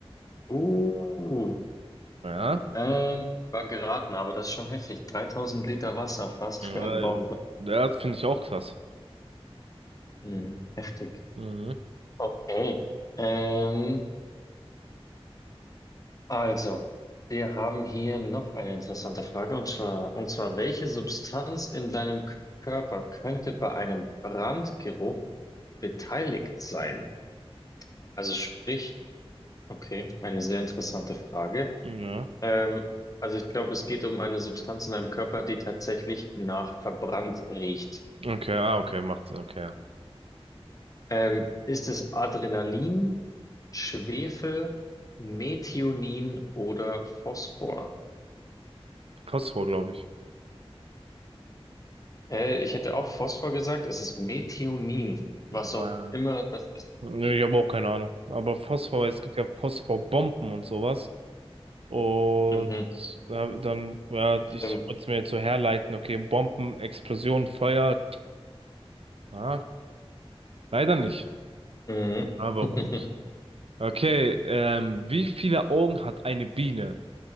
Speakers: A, on the left; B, on the right.
A: Uh.
B: Ja,
A: Ähm, war geraten, aber das ist schon heftig. 3000 Liter Wasser fast
B: äh,
A: für einen Baum.
B: das finde ich auch krass.
A: Hm, heftig.
B: Mhm.
A: Okay. Ähm, also, wir haben hier noch eine interessante Frage und zwar, und zwar, welche Substanz in deinem Körper könnte bei einem Brandgeruch beteiligt sein? Also sprich, okay, eine sehr interessante Frage.
B: Ja.
A: Ähm, also ich glaube, es geht um eine Substanz in deinem Körper, die tatsächlich nach verbrannt riecht.
B: Okay, ah, okay, macht, okay.
A: Ähm, ist es Adrenalin, Schwefel, Methionin oder Phosphor?
B: Phosphor, glaube ich.
A: Äh, ich hätte auch Phosphor gesagt, es ist Methionin, was
B: Äh,
A: auch immer das ist.
B: nee, ich habe auch keine Ahnung. Aber Phosphor, es gibt ja Phosphorbomben und sowas. Und
A: Mhm,
B: da- dann, ja,
A: stimmt.
B: ich wollte es mir jetzt so herleiten, okay, Bomben, Explosion, Feuer. Ah, leider nicht,
A: Mhm.
B: aber
A: <laughs>
B: gut. Okay, ähm, wie viele Augen hat eine Biene?